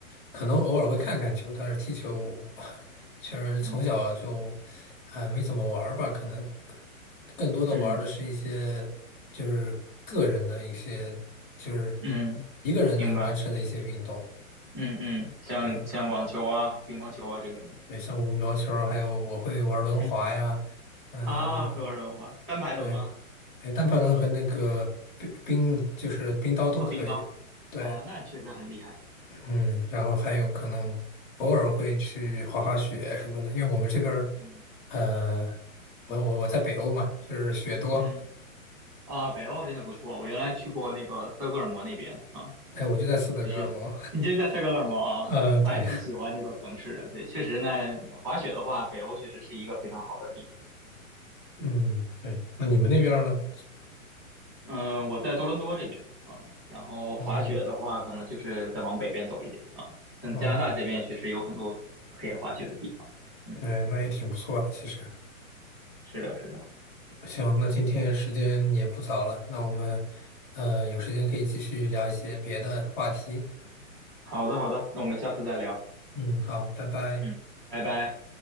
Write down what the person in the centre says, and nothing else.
嗯
嗯嗯，
明白。嗯嗯，像像网球啊、
乒乓球啊这种吗？
嗯
啊，会玩轮滑，单排轮吗？
啊，冰刀。
啊，那确实很厉害。
嗯
嗯啊，北欧真的不错。我原来去过那个斯德哥尔摩那边啊，
确实，你这在斯德哥尔摩啊，
我还挺喜欢那座城市的。对，确实呢，滑雪的话，北欧确实是一个非常好的地点。
嗯，我在多伦多这边啊，然后滑雪的话，
可能就是再往北边走一点啊。但加拿大这边也确实有很多可以滑雪的地方。
嗯，
是的，是的。
好的，好的，那我们下次再聊。
嗯，拜拜。